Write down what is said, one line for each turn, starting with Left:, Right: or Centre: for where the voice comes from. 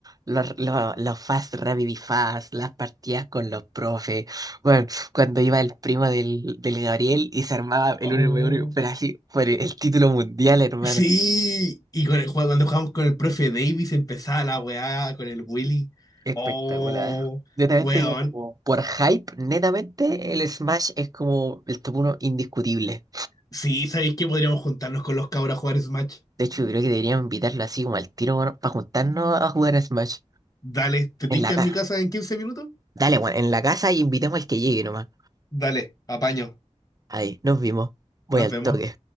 Right: Los, los, los Fast Rapid Fast, las partidas con los profes. Bueno, cuando iba el primo del, del Gabriel y se armaba el
Left: Oh.
Right: 1v1, pero así, por el título mundial, hermano.
Left: Sí, y con el- cuando jugamos con el profe Davis empezaba la weá con el Willy.
Right: Espectacular.
Left: Oh,
Right: Netamente,
Left: weón.
Right: como por hype, netamente el Smash es como el top 1 indiscutible.
Left: Sí, ¿sabéis que podríamos juntarnos con los cabros a jugar Smash?
Right: De hecho, creo que deberíamos invitarlo así como al tiro, bueno, para juntarnos a jugar a Smash
Left: Dale, ¿te tinca
Right: en la casa.
Left: en mi casa en 15 minutos?
Right: Dale, bueno, en la casa y invitemos al que llegue nomás.
Left: Dale, apaño.
Right: Ahí, nos vimos. Voy
Left: Nos
Right: al
Left: vemos.
Right: toque.